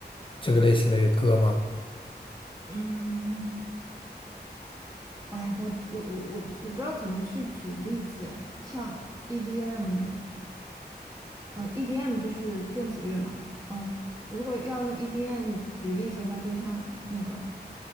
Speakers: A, on the left (about 30°); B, on the right (about 20°).
A: 这个类型的歌吗？
B: 嗯，哎，我我我我我不知道怎么去举例子，哎，像 EDM，呃，EDM 就是电子乐嘛。呃，如果要用 EDM 举例子的话，就像那个